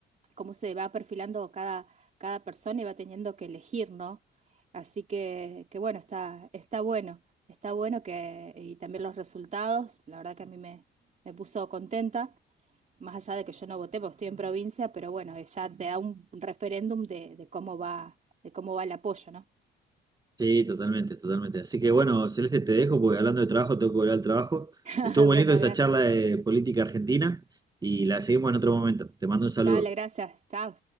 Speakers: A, on the right; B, on the right.
A: cómo se va perfilando cada, cada persona y va teniendo que elegir, ¿no? Así que, que bueno, está, está bueno, está bueno que, y también los resultados, la verdad que a mí me, me puso contenta más allá de que yo no voté porque estoy en provincia, pero bueno, ya te da un referéndum de, de cómo va, de cómo va el apoyo, ¿no?
B: Sí, totalmente, totalmente. Así que bueno, Celeste, te dejo porque hablando de trabajo tengo que volver al trabajo.
A: <laughs>
B: Estuvo muy
A: Bueno,
B: lindo esta
A: gracias.
B: charla de política argentina y la seguimos en otro momento. Te mando un saludo.
A: Dale, gracias. Chao.